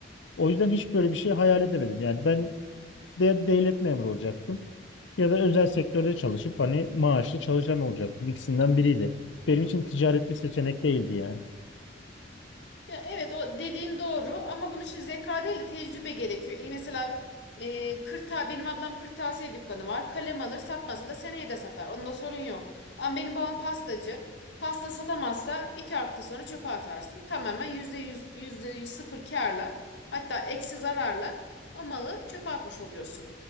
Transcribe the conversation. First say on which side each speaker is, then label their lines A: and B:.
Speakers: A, on the left; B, on the left.
A: O yüzden hiç böyle bir şey hayal edemedim. Yani ben de devlet memuru olacaktım ya da özel sektörde çalışıp hani maaşlı çalışan olacaktım. İkisinden biriydi. Benim için ticaret bir seçenek değildi yani.
B: Ya evet o dediğin doğru ama bunun için zeka değil de tecrübe gerekiyor. İyi, Mesela e, kırta benim ablam kırtasiye dükkanı var. Kalem alır satmasa da seneye de satar. Onda sorun yok. Ama benim babam pastacı. Pasta satamazsa iki hafta sonra çöpe atarsın. Tamamen yüzde yüz, yüzde yüz sıfır kârla hatta eksi zararla o malı çöpe atmış oluyorsun.